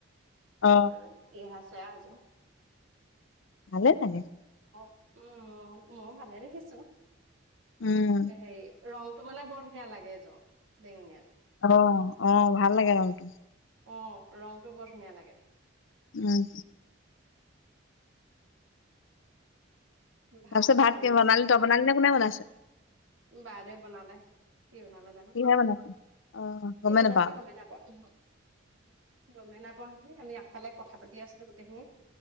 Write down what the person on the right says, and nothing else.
ছেৰাজো।
উম মই ভালে দেখিছো।
হেৰি ৰংটো মানে বৰ ধুনীয়া লাগে এযোৰ। বেঙুনীয়া আৰু।
অ ৰংটো বৰ ধুনীয়া লাগে।
ভাতটো
বনাই আছো
বাইদেউ বনালে। কি বনালে জানো
কি
উনাইছে
গমেই নাপোৱা নহয় গমেই নাপাওঁ। আমি আগফালে কথা পাতি আছিলো গোটেইখিনি।